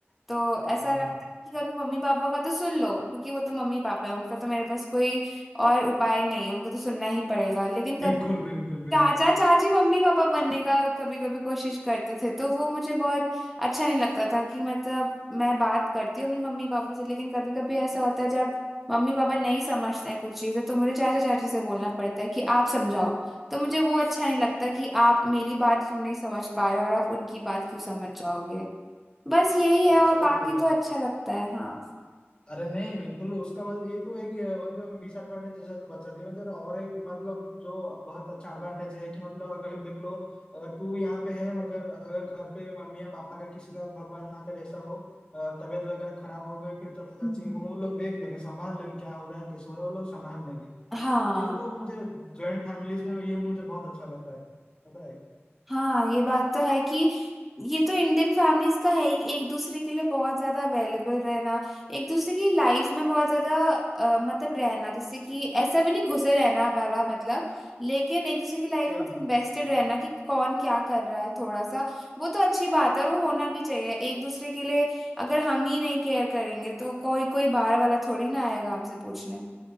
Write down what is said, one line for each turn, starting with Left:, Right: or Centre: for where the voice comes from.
Centre: तो ऐसा
Left: हाँ
Centre: लगता है कि कभी मम्मी पापा का तो सुन लो क्योंकि वो तो मम्मी पापा है उनका तो मेरे पास कोई और उपाय नहीं है उनको तो सुनना ही पड़ेगा लेकिन
Left: बिल्कुल
Centre: कभी
Left: बिल्कुल बिल्कुल
Centre: चाचा चाची मम्मी पापा बनने का कभी कभी कोशिश करते थे तो वो मुझे बहुत अच्छा नहीं लगता था कि मतलब मैं बात करती हूँ अपनी मम्मी पापा से लेकिन कभी कभी ऐसा होता है जब मम्मी पापा नहीं समझते हैं कुछ चीजें तो मुझे चाचा चाची से बोलना पड़ता है कि आप समझाओ तो मुझे वो अच्छा नहीं लगता कि आप मेरी बात क्यों नहीं समझ पा रहे हो और आप उनकी बात क्यों समझ जाओगे बस यही है
Left: अच्छा
Centre: और बाकी
Left: तेरा
Centre: तो अच्छा लगता है हाँ
Left: अरे नहीं बिल्कुल उसका मतलब ये तो एक अ, मतलब डिसएडवांटेज जैसा तो बता दिया मतलब और एक मतलब जो बहुत अच्छा एडवांटेज है कि मतलब अगर देख लो अगर तू यहाँ पे है मगर अगर घर पे मम्मी या पापा का किसी का भगवान ना करे ऐसा हो अ, तबीयत वगैरह खराब हो गई फिर चाचा चाची
Centre: हम्म।
Left: हो, वो लोग देख लेंगे संभाल लेंगे क्या हो रहा है कैसे हो रहा है वो लोग संभाल लेंगे
Centre: हाँ
Left: ये तो मुझे जॉइंट फैमिलीज में ये मुझे बहुत अच्छा लगता है पता है
Centre: हाँ ये बात तो है कि ये तो इंडियन फैमिलीज का है ही एक दूसरे के लिए बहुत ज्यादा अवेलेबल रहना एक दूसरे की लाइफ में बहुत ज्यादा अ, मतलब रहना जैसे कि ऐसा भी नहीं घुसे रहना वाला मतलब लेकिन एक दूसरे की लाइफ
Left: नहीं
Centre: में मतलब
Left: नहीं
Centre: इन्वेस्टेड
Left: हाँ
Centre: रहना कि कौन क्या कर रहा है थोड़ा सा वो तो अच्छी बात है और वो होना भी चाहिए एक दूसरे के लिए अगर हम ही नहीं केयर करेंगे तो कोई कोई बाहर वाला थोड़ी ना आएगा हमसे पूछने